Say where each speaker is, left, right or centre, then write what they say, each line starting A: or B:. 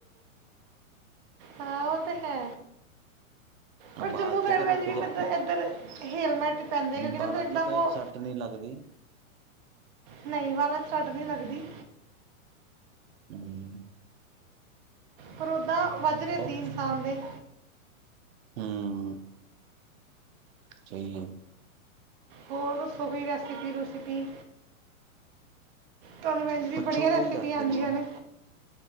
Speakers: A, on the right; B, on the right.
A: ਹਾਂ ਓ ਤੇ ਹੈ। ਪਰ
B: ਬਾਲ
A: ਜੰਮੂ
B: ਚ
A: ਸੈਡ
B: ਤਾਂ
A: ਵ
B: ਰੁਕ
A: ਵੀ
B: ਜਾ
A: ਏਧਰ ਹੇਲਮੈਟ ਪੈਂਦੇ ਕਿਉਂਕਿ
B: ਬਾਲਾਂ
A: ਨਾ ਦਾ ਇਕਦਮ
B: ਚ ਤਾਂ
A: ਓ
B: ਸੱਟ ਨਹੀਂ ਲੱਗਦੀ
A: ਨਈ <unintelligible> ਸੱਟ ਨੀ ਲੱਗਦੀ।
B: ਹੂੰ।
A: ਪਰ ਓਦਾਂ ਵੱਜ ਰੇ
B: ਉਹ
A: ਸੀ ਇਨਸਾਨ ਦੇ।
B: ਹੂੰ। ਚਈ ਏ।
A: ਹੋਰ ਦੱਸੋ ਕੋਈ ਰੈਸਿਪੀ-ਰੂਸਪੀ ਤੁਆਨੂੰ ਮੈ ਵੀ
B: ਪੁੱਛੋ
A: ਬੜੀਆਂ
B: ਕੋਈ
A: ਰੈਸਿਪੀਆਂ
B: ਦੱਸ ਦਿੰਨੇ
A: ਆਂਦੀਆਂ ਨੇ।